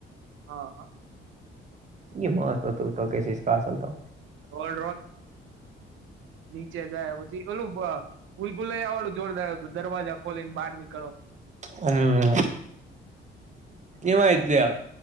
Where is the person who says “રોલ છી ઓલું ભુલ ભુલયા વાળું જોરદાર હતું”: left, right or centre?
Right